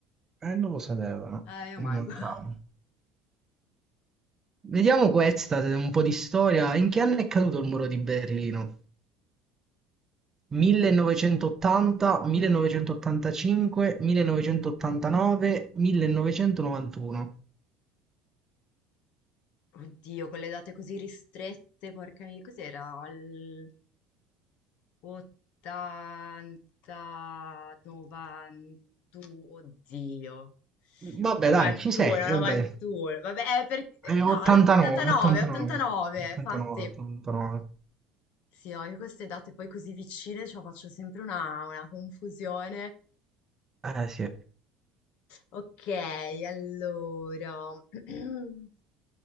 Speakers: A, on the right (about 15°); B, on the left (about 55°).
A: eh, non lo sapevano.
B: Eh, io
A: Mi
B: manco.
A: mancava.
B: <laughs>
A: Vediamo questa, un po' di storia. In che anno è caduto il muro di Berlino? millenovecentottanta, millenovecentottantacinque, millenovecentottantanove, millenovecentonovantuno.
B: Oddio, con le date così ristrette, porca miseria, cos'era? Al 80, 91, oddio.
A: Vabbè,
B: 91,
A: dai, ci sei,
B: 91,
A: vabbè.
B: vabbè, eh, perché... eh,
A: Eh, 89,
B: No, l'89,
A: 89,
B: 89,
A: 89,
B: infatti.
A: 89.
B: Sì, ho io queste date poi così vicine, cioè faccio sempre una, una confusione.
A: Eh sì.
B: Ok, allora... <clears throat>